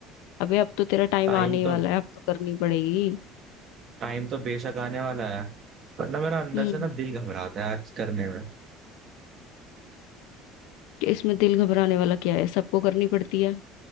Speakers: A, on the left (about 85°); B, on the right (about 35°).
A: अबे अब तो तेरा टाइम
B: टाइम
A: आने ही
B: तो
A: वाला है अब तो करनी पड़ेगी
B: टाइम तो बेशक आने वाला है पर ना मेरा अंदर
A: हम्म
B: से ना दिल घबराता है आज करने में
A: कि इसमें दिल घबराने वाला क्या है सबको करनी पड़ती है